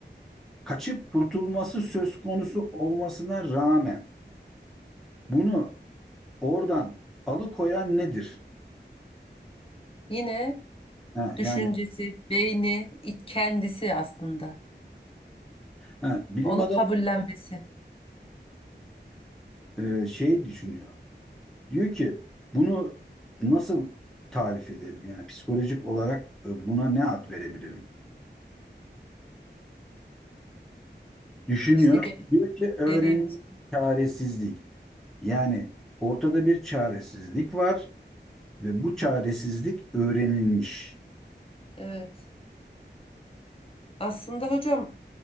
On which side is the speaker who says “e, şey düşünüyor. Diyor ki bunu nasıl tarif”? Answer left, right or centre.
Centre